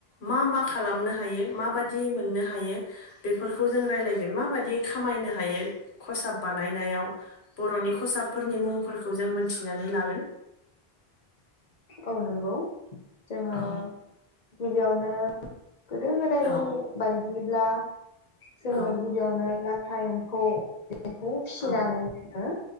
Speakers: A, on the left; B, on the left.
A: मा मा खालामनो हायो माबाददि मोननो हायो बेफोरखौ जों रालायगोन माबायदियै खामायनो हायो खसाब बानायनायाव बर'नि खसाब फोरनि मुंफोरखौ जों मोनथिनानै लागोन
B: औ नंगौ जोङो
A: औ
B: गिबियावनो गोदो गोदायनि
A: औ
B: बाय दिब्ला जोङो
A: औ
B: गिबियावनो लाथा एम्फौ बेखौ फिसिनानै
A: औ
B: जोङो